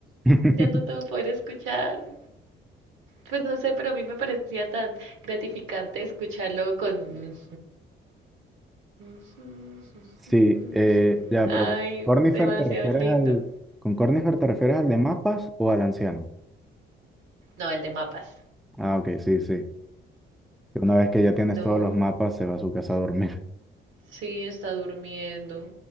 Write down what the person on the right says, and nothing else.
ya no te voy a poder escuchar. Pues no sé, pero a mí me parecía tan gratificante escucharlo con... <laughs>
Ay,
demasiado
lindo.
No, el de mapas.
No,
Sí, está durmiendo.